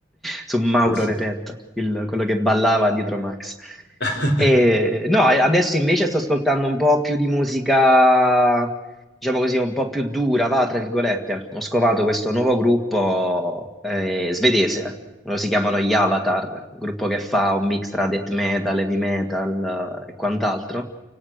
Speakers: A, in the centre; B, on the left (about 55°).
A: Su Mauro
B: sì, sì.
A: Repetto, il- quello che ballava dietro Max.
B: <laughs>
A: E, no, e adesso invece sto ascoltando un po' più di musica diciamo così, un po' più dura, va, tra virgolette. Ho scovato questo nuovo gruppo eh, svedese, loro si chiamano gli Avatar, un gruppo che fa un mix tra death metal, heavy metal eh, e quant'altro.